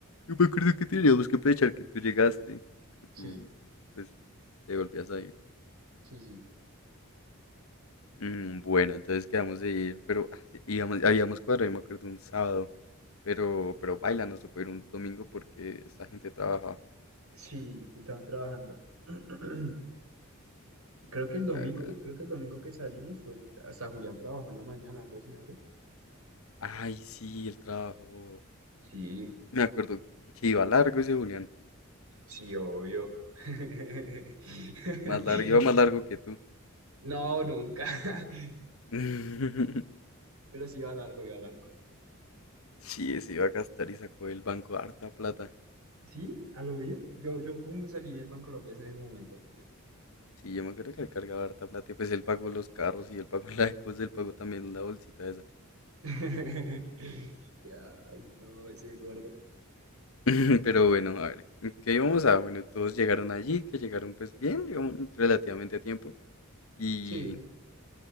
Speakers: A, on the left (about 70°); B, on the right (about 85°).
A: yo me acuerdo que teníamos que aprovechar que tú llegaste, que
B: Sí,
A: tú, pues, te volvías a ir.
B: sí, sí.
A: Mm, bueno, entonces quedamos de ir, pero ah, sí, íbamos, habíamos cuadrado, yo me acuerdo, un sábado, pero, pero baila, nos tocó ir un domingo porque esta gente trabaja.
B: Sí, estaban trabajando. <clears throat> Creo
A: No,
B: que el domingo,
A: cagada.
B: creo que el domingo que salimos fue hasta Julián trabajó en la mañana, algo así, ¿no fue?
A: Ay, sí, el trabajo.
B: Sí,
A: Me acuerdo que iba largo ese Julián,
B: sí, obvio. <laughs>
A: más largo, iba más largo que tú.
B: No, nunca. <laughs>
A: <laughs>
B: Pero sí iba largo, iba largo.
A: Sí, se iba a gastar y sacó del banco harta plata.
B: Sí, a lo bien. Yo, yo como me salí del Bancolombia es en ese momento.
A: Sí, yo me acuerdo que él cargaba harta plata y pues él pagó los carros y él pagó <laughs> la cosa, él pagó también la bolsita esa.
B: <laughs> Ya, Ay, no, ese gordo.
A: <laughs> Pero bueno, a ver, ¿en ¿qué íbamos a? Bueno, todos llegaron allí, que llegaron pues bien, digamos, relativamente a tiempo. Y,
B: Sí,